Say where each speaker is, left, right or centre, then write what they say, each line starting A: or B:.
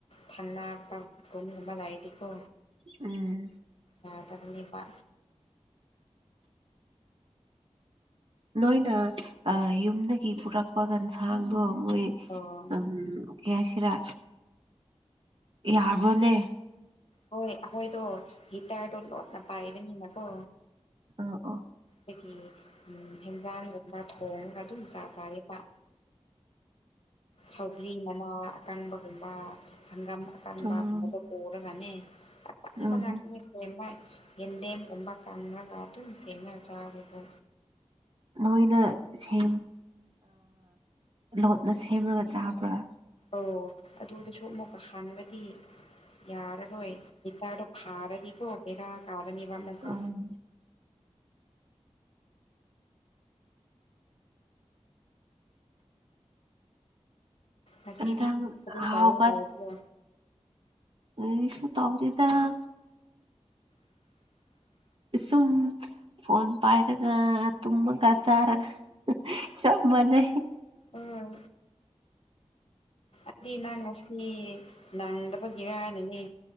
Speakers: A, on the left (about 60°); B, on the right (about 50°).
A: ꯊꯪꯅ ꯀ ꯔꯝꯕ ꯂꯥꯏꯇꯤꯀꯣ
B: ꯎꯝ
A: ꯑ ꯇ ꯀꯄꯥ
B: ꯅꯣꯏꯅ ꯌꯨꯝꯗꯒꯤ ꯄꯨꯔꯛꯄ ꯒꯟꯁꯥꯡꯗꯣ ꯃꯣꯏ
A: ꯑꯣ
B: ꯎ ꯌꯥꯏꯁꯤꯔ ꯌꯥꯕ꯭ꯔꯣꯅꯦ
A: ꯍꯣꯏ ꯑꯩꯈꯣꯏꯗꯣ ꯍꯤꯇꯔꯗꯣ ꯂꯣꯠꯅ ꯄꯥꯏꯕꯅꯤꯅꯀꯣ
B: ꯑ ꯑ
A: ꯑꯗꯒꯤ ꯍꯦꯟꯖꯥꯡꯒꯨꯝꯕ ꯊꯣꯡꯒ ꯑꯗꯨꯝ ꯆꯥ ꯆꯥꯕ ꯁꯧꯒ꯭ꯔꯤ ꯃꯅꯥ ꯑꯀꯪꯕꯒꯨꯝꯕ ꯍꯪꯒꯝ ꯑꯀꯪꯕꯒꯨꯝꯕꯗꯣ
B: ꯎꯝ
A: ꯄꯨꯔꯒꯅꯦ
B: ꯎꯝ
A: ꯕꯉꯥꯏꯈꯤꯁꯥꯏ ꯌꯦꯟꯗꯦꯝꯒꯨꯝꯕ ꯀꯪꯉꯒ ꯑꯗꯨꯝ ꯁꯦꯝꯂꯒ ꯆꯥꯦꯀꯣ
B: ꯅꯣꯏꯅ ꯁ ꯂꯣꯠꯅ ꯁꯦꯝꯃꯒ ꯆꯥꯕ꯭ꯔꯥ
A: ꯑꯣ ꯑꯗꯨꯗꯁꯨ ꯑꯃꯨꯛꯀ ꯍꯥꯡꯒꯗꯤ ꯌꯥꯔꯔꯣꯏ ꯒꯤꯇꯥꯗꯣ ꯐꯥꯔꯅꯤꯀꯣ ꯕꯦꯔꯥ ꯀꯥꯔꯅꯤꯕ ꯑꯃꯨꯀꯣ
B: ꯎꯝ
A: ꯉꯁꯤꯗꯤ
B: ꯖ
A: ꯀꯔꯤ ꯇꯧꯔꯒ
B: ꯍꯥꯎꯕ
A: ꯂꯩꯕ꯭ꯔꯣ
B: ꯎ ꯏꯁꯨ ꯇꯧꯗ ꯑ
A: <unintelligible>
B: ꯁꯣ ꯐꯣꯟꯣꯟ ꯄꯥꯏꯔꯒ ꯇꯨꯝꯃ ꯀꯆꯔꯒ ꯁꯃꯅ
A: ꯍꯣꯏ ꯑꯗꯨꯗꯤ ꯅꯪ ꯉꯁꯤ ꯅꯪꯗꯕꯒꯤꯔꯥꯅꯅꯦ